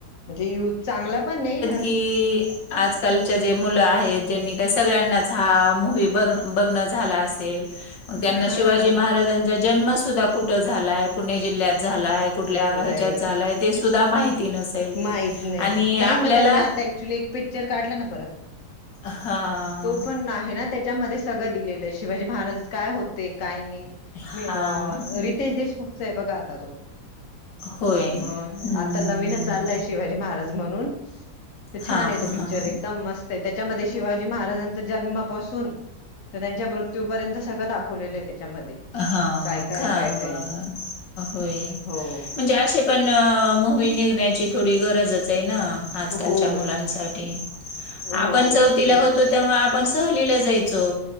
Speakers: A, on the left; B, on the left.
A: म्हणजे यूज चांगला पण आहे.
B: कि आजकालच्या जे मुलं आहेत ज्यांनी काय सगळ्यांनाच हा मोहीम बघण झाल असेल त्यांना
A: हा
B: शिवाजी महाराजां चा जन्म सुधा कुठ झालाय पुणे जिल्ह्यात झालाय कुठल्या
A: त्याला
B: ह्याच्यात
A: एक
B: झाला ते सुद्धा माहिती नसेल
A: माहित नाही
B: आणि
A: नाही
B: आपल्याला
A: मग त्यांनी आता पिक्चर काढला ना परत
B: हां
A: तो पण आहे ना त्या त्याच्यामध्ये सगळं दिलेलं आहे शिवाजी महाराज काय होते काय नाही. मी
B: हां
A: अ रितेश देशमुखचा आहे बघा आता तो.
B: होय.
A: अ
B: हम्म
A: आता नवीन शिवाजी महाराज म्हणून तर छान
B: हां
A: आहे तो पिक्चर
B: हां
A: एकदम मस्त त्याच्यामध्ये शिवाजी महाराजांचा जन्मापासून तर त्यांच्या मृत्यूपर्यंत सगळं दाखवलेलं आहे त्याच्यामध्ये.
B: हा
A: काय काय
B: का
A: काय काय
B: ब
A: नाही
B: होय,
A: हो
B: म्हणजे असे पण म <unintelligible> थोडी गरजच आहे ना, आजकालच्या
A: हो
B: मुलांसाठी
A: हो
B: आपण चौथीला
A: इ-
B: होतो तेव्हा आपण सहलीला जायचो,